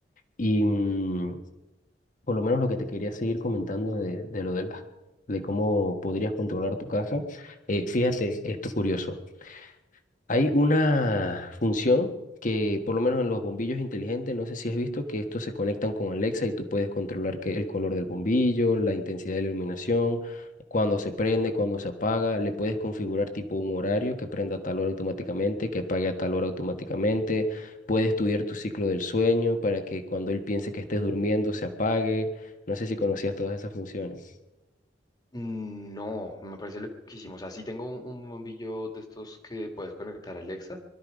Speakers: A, on the left; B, on the left.
A: Y mm, por lo menos lo que te quería seguir comentando de, de lo de las, de cómo podrías controlar tu casa. eh, fíjate, esto curioso. Hay una función que, por lo menos en los bombillos inteligentes, no sé si has visto que estos se conectan con Alexa y tú puedes controlar que el color del bombillo, la intensidad de la iluminación, cuando se prende, cuando se apaga. Le puedes configurar tipo un horario que prenda a tal hora automáticamente, que apague a tal hora automáticamente. Puedes estudiar tu ciclo del sueño para que cuando él piense que estés durmiendo se apague. No sé si conocías todas esas funciones.
B: Mm, No, me parece loquísimo. O sea, sí tengo un, un bombillo de estos que puedes conectar a Alexa